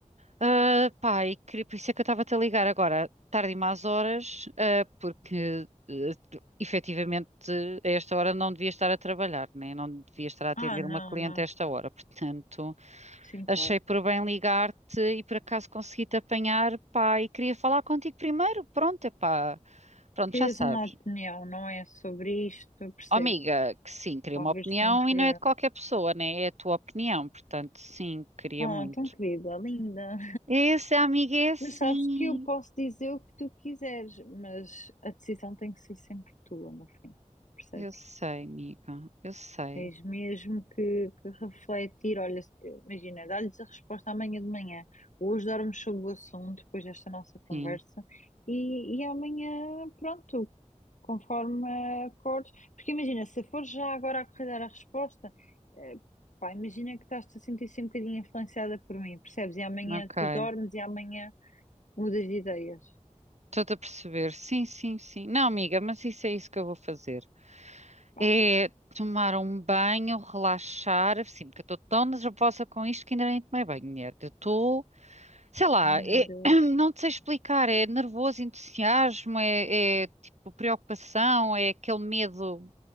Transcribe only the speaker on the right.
Ah, pá, e queria- por isso é que eu estava a te ligar agora, tarde e más horas, ah, porque eh, tu- efetivamente a esta hora não devia estar a trabalhar, né? Não devia estar a atender
uma cliente
a esta hora. Portanto,
achei por bem ligar-te e por acaso consegui-te apanhar, pá, e queria falar contigo primeiro. Pronto, é pá, pronto,
já sabes.
Oh, amiga, que sim, queria
uma opinião
e não é de qualquer pessoa, né? É a tua opinião, portanto, sim, queria
muito.
Esse amigo é assim.
Eu sei, amiga. Eu sei.
Sim.
Ok.
Estou-te a perceber. Sim, sim, sim. Não, amiga, mas isso é isso que eu vou fazer.
É tomar um banho, relaxar. Sim, porque eu estou tão nervosa com isto que ainda nem tomei banho, mulher. Eu estou, sei lá,
é-
<clears throat> não te sei explicar. É nervoso, entusiasmo, é, é tipo preocupação, é aquele medo